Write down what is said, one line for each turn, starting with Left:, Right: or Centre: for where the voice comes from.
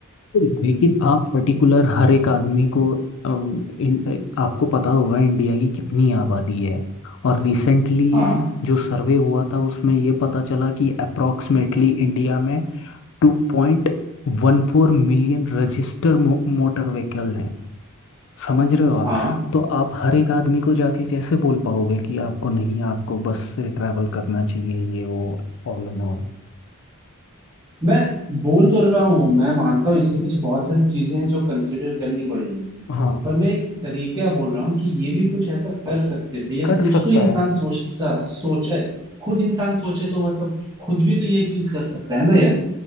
Left: लेकिन आप पर्टिकुलर हर एक आदमी को अम, इन, आपको पता होगा इंडिया की कितनी आबादी है और रिसेंटली
Right: हाँ
Left: जो सर्वे हुआ था उसमें ये पता चला कि अप्रोक्सीमेटली इंडिया में 2.14 मिलियन रजिस्टर मो, मोटर व्हीकल हैं समझ रहे हो आप
Right: हाँ
Left: तो आप हर एक आदमी को जाके कैसे बोल पाओगे कि आपको नहीं आपको बस से ट्रैवल करना चाहिए ये वो ऑल एंड ऑल
Right: मैं बोल तो रहा हूँ मैं मानता हूँ इसके पीछे बहुत सारी चीजें हैं जो कंसिडर करनी पड़ेगी
Left: हाँ
Right: पर मैं एक तरीका बोल रहा हूँ कि ये भी कुछ ऐसा कर सकते थे या
Left: कर
Right: कुछ
Left: सकता
Right: तो इंसान
Left: है
Right: सोचता सोचे खुद इंसान सोचे तो मतलब खुद भी तो ये चीज कर सकता है ना यार